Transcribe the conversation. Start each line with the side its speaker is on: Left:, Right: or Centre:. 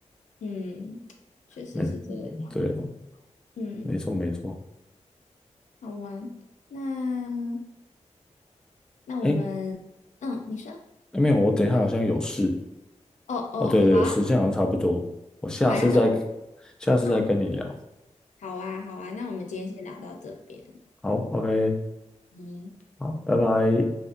Left: 嗯，确实是这个样子。
Centre: 没，对，
Left: 嗯，
Centre: 没错没错。
Left: 好玩。那那我们，
Centre: 诶，
Left: 嗯，你说，
Centre: 没有，我等一下好像有事。
Left: 哦哦，
Centre: 哦，对对，
Left: 好啊，
Centre: 时间好像差不多，我下次再，
Left: 好呀，那我们，
Centre: 下次再跟你聊。
Left: 嗯，好啊，好啊，那我们今天先聊到这边。
Centre: 好，OK，
Left: 嗯。
Centre: 好，拜拜。